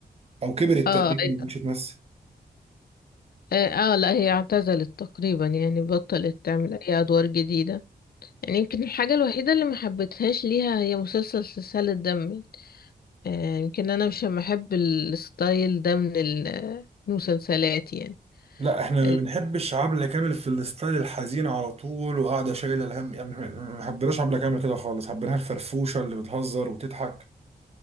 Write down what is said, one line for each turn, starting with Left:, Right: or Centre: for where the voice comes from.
Right: او كبرت
Left: اه
Right: تقريبا
Left: ايوه
Right: ما بقتش تمثل
Left: اه آه، لا هي اعتزلت تقريبا يعني بطلت تعمل أي أدوار جديدة يعني يمكن الحاجة الوحيدة اللي ما حبيتهاش ليها هي مسلسل سلسال الدم آه، يمكن انا مش بحب الستايل ده من ال- المسلسلات يعني
Right: لا احنا
Left: ال-
Right: ما بنحبش عبلة كامل في الستايل الحزين على طول وقاعده شايله الهم يعني احنا ما حبيناش عبلة كامل كده خالص حبيناها الفرفوشه اللي بتهزر وتضحك